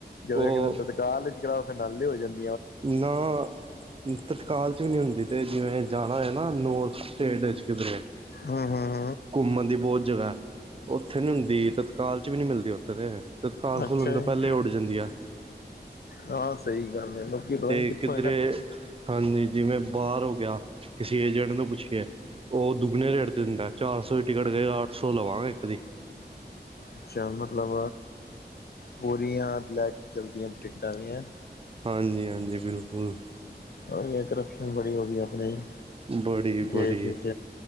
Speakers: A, on the left; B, on the right.
A: ਜਦੋਂ
B: ਉਹ
A: ਕਿਸੇ ਚਾਹ ਚਚਾਓ ਫਿਰ ਨਾਲੇ ਹੋ ਜਾਂਦੇ
B: ਨਾ ਤਤਕਾਲ 'ਚ ਵੀ ਨਹੀਂ ਹੁੰਦੀ ਅਤੇ ਜਿਵੇਂ ਜਾਣਾ ਹੋਆ ਨਾ ਨੌਰਥ ਸਟੇਟ ਵਿੱਚ ਕਿਧਰੇ
A: ਹਮ ਹਮ
B: ਘੁੰਮਣ ਦੀ ਬਹੁਤ ਜਗ੍ਹਾ ਉੱਥੇ ਨੀ ਹੁੰਦੀ ਤਤਕਾਲ ਚ ਵੀ ਨੀ ਮਿਲਦੀ ਉੱਥੇ ਤੇ ਤਤਕਾਲ
A: ਅੱਛਾ
B: ਖੁੱਲਣ ਤੋਂ ਪਹਿਲੇ
A: ਜੀ
B: ਉੱਡ ਜਾਂਦੀ ਆ
A: ਹਾਂ ਸਹੀ ਗੱਲ ਹੈ ਲੋਕੀ ਪਤਾ
B: ਤੇ
A: ਨੀ ਕਿੱਥੋਂ
B: ਕਿੱਧਰੇ
A: <unintelligible>
B: ਹਾਂਜੀ ਜਿਵੇਂ ਬਾਹਰ ਹੋ ਗਿਆ ਕਿਸੇ ਏਜੰਟ ਨੂੰ ਪੁੱਛ ਕੇ ਉਹ ਦੁੱਗਣੇ ਰੇਟ ਤੇ ਦਿੰਦਾ ਚਾਰ ਸੌ ਦੀ ਟਿਕਟ ਕਏ ਅੱਠ ਸੌ ਲਵਾਂਗੇ ਇੱਕ ਦੀ
A: ਅੱਛਾ ਮਤਲਬ ਪੂਰੀਆਂ ਬਲੈਕ ਚਲਦੀਆਂ ਟਿਕਟਾਂ ਵੀਆਂ
B: ਹਾਂਜੀ ਹਾਂਜੀ ਬਿਲਕੁਲ
A: ਉਹੀ ਹੈ ਕਰਪਸ਼ਨ ਬੜੀ ਹੋ ਗਈ ਆਪਣੇ ਹੀ
B: ਬੜੀ
A: ਦੇਸ਼
B: ਬੜੀ
A: ਵਿਚ